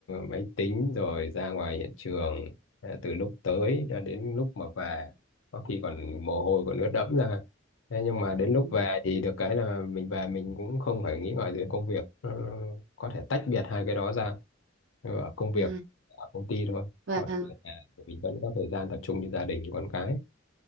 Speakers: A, on the left (about 75°); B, on the right (about 75°).
A: máy tính rồi ra ngoài hiện trường Ờ, từ lúc tới cho đến lúc mà về có khi còn mồ hôi còn ướt đẫm ra Thế nhưng mà đến lúc
B: Ừ.
A: về thì được cái là mình về mình cũng không phải nghĩ ngợi về công việc Nó có thể tách biệt hai cái đó ra ở công việc
B: À
A: ở công ty thôi
B: vâng
A: còn ở nhà thì mình vẫn có thời gian tập trung cho gia đình con cái